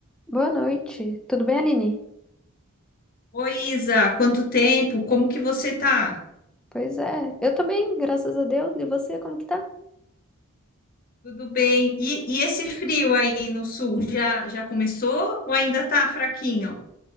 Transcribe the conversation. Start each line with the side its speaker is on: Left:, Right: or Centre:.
Centre: Boa noite. Tudo bem, Aline?
Left: Oi, Isa, quanto tempo? Como que você tá?
Centre: Pois é, eu tô bem, graças a Deus. E você, como que tá?
Left: Tudo bem? E, e esse frio aí no sul já, já começou ou ainda tá fraquinho?